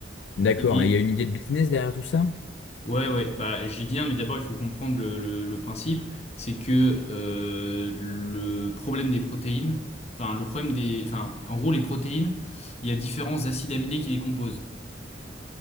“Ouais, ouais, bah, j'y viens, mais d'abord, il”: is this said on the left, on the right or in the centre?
Left